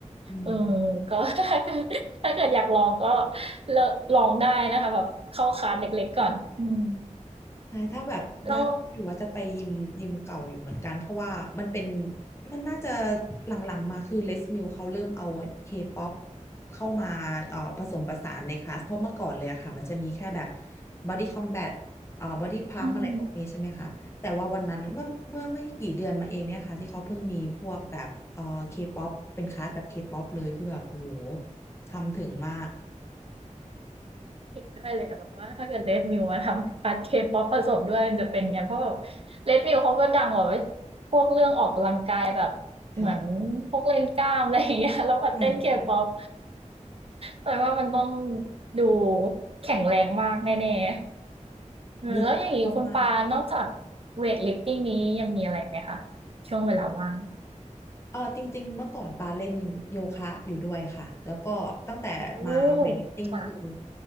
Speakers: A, on the left; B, on the right.
A: อืม
B: เออก็ <laughs> ถ้าเกิดถ้าเกิดอยากลองก็เลลองได้นะคะแบบเข้าคลาสเล็กๆก่อนอืม
A: ใช่ ถ้าแบบยังคิดอยู่ว่าจะไปยิมยิมเก่าอยู่เหมือนกัน
B: แล้ว
A: เพราะว่ามันเป็นมันน่าจะหลังๆมาคือเลสมิลเขาเริ่มเอาเคป๊อปเข้ามาเอ่อผสมผสานในคลาสเพราะเมื่อก่อนเลยอะค่ะมันจะมีแค่แบบบอดี้คอมแบทเอ่อบอดี้พัมอะไรพวกนี้ใช่ไหมคะแต่ว่าวันนั้นเมื่อเมื่อไม่กี่เดือนมาเองเนี่ยค่ะที่เขาเพิ่งมีพวกแบบเอ่อเคป๊อปเป็นคลาสแบบเคป๊อปเลยคือแบบโอ้โห
B: อืม
A: ทำถึงมาก
B: เห็นด้วยเลยอะแบบว่าถ้าเกิด Red Mill มวมาทำคัดเคป๊อปผสมด้วยมันจะเป็นไงเพราะแบบ Red Mill เขาก็ดังกว่าพวกเรื่องออกกำลังกายแบบเหมือน
A: ค่ะ
B: พวกเล่นกล้ามอะไรอย่างเงี้ย <laughs> แล้วมาเต้นเคป๊อป
A: ใช่ใช่
B: แต่ว่ามันต้องดูแข็งแรงมากแน่ๆเออแล้วอย่างนี้คุณปา
A: เหงื่อท่วมมาก
B: นอกจากเวทลิฟติ้งนี้ยังมีอะไรไหมคะช่วงเวลาว่าง
A: เออจริงๆเมื่อก่อนปาเล่นโยคะอยู่ด้วยค่ะแล้วก็ตั้งแต่มาเวทลิฟติ้งคือ
B: โอ้ค่ะ